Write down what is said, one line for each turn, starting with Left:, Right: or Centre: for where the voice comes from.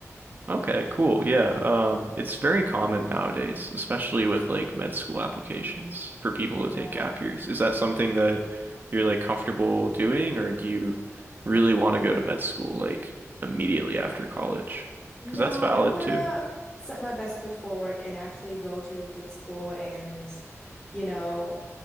Right: Okay, cool. Yeah. Um, it's very common nowadays, especially with
Left: Mhm.
Right: like med school applications for people to
Left: Yeah.
Right: take gap years. Is that something that you're like comfortable doing, or do you really want to go to med school like immediately after college?
Left: No,
Right: Because that's valid
Left: I want
Right: too.
Left: to set my best foot forward and actually go to a good school and, you know,